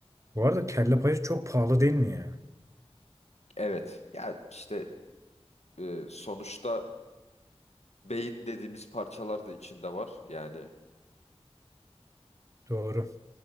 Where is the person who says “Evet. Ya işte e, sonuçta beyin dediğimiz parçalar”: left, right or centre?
Left